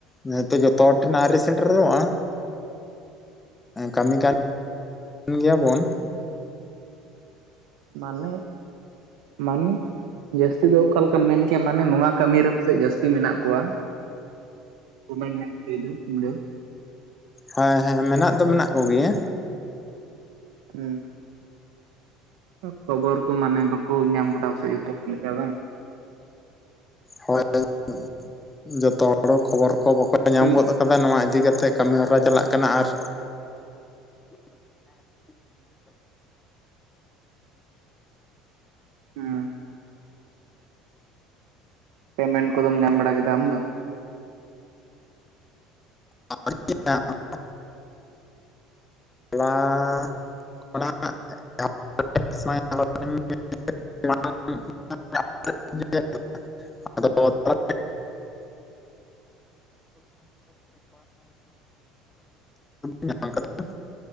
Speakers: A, on the left; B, on the right.
A: ᱱᱤᱦᱟᱹᱛᱤ ᱡᱚᱛᱚ ᱦᱚᱲ ᱴᱷᱮᱱ ᱟᱹᱣᱨᱤ ᱥᱮᱴᱮᱨᱚᱜᱼᱟ ᱠᱟᱹᱢᱤ ᱠᱟᱱ ᱜᱮᱭᱟ ᱵᱚᱱ
B: ᱢᱟᱱᱮ ᱢᱟᱱᱮ ᱡᱟᱹᱥᱛᱤ ᱫᱚ ᱚᱠᱟ ᱞᱮᱠᱟᱢ ᱢᱮᱱ ᱠᱮᱜ-ᱟ ᱢᱟᱱᱮ ᱱᱚᱣᱟ ᱠᱟᱹᱢᱤ ᱨᱮ ᱯᱟᱥᱮᱫ ᱡᱟᱹᱥᱛᱤ ᱢᱮᱱᱟᱜ ᱠᱚᱣᱟ ᱩᱢᱮᱨ ᱨᱮᱭᱟᱜ <inaudible> ᱩᱱ ᱫᱚ
A: ᱦᱮᱸ ᱦᱮᱸ ᱢᱮᱱᱟᱜ ᱫᱚ ᱢᱮᱱᱟᱜ ᱠᱚᱜᱮᱭᱟ
B: ᱩᱸ ᱠᱷᱚᱵᱚᱨ ᱠᱚ ᱢᱟᱱᱮ ᱵᱟᱠᱚ ᱧᱟᱢ ᱠᱮᱫᱟ ᱥᱮ ᱡᱚᱛᱚ ᱫᱤᱱ ᱞᱮᱠᱟ ᱵᱟᱝ
A: ᱦᱳᱭ ᱦᱳᱭ ᱡᱚᱛᱚ ᱦᱚᱲ ᱠᱷᱚᱵᱚᱨ ᱠᱚ ᱵᱟᱠᱚ ᱧᱟᱢ
B: ᱤᱧ
A: ᱜᱚᱫ ᱠᱟᱫᱟ ᱱᱚᱣᱟ ᱤᱫᱤ ᱠᱟᱛᱮᱫ ᱠᱟᱹᱢᱤᱦᱚᱨᱟ ᱪᱟᱞᱟᱜ ᱠᱟᱱᱟ ᱟᱨ <inaudible>
B: ᱦᱩᱸ ᱯᱮᱢᱮᱱᱴ ᱠᱚᱫᱚᱢ ᱧᱟᱢ ᱵᱟᱲᱟ ᱠᱮᱫᱟ ᱟᱢ ᱫᱚ
A: ᱟᱣᱨᱤᱭᱟ <unintelligible> <unintelligible> ᱟᱭ <inaudible> <unintelligible> ᱟᱫᱚ <inaudible> <inaudible> <unintelligible> ᱧᱟᱢ ᱟᱠᱟᱫᱟ <inaudible>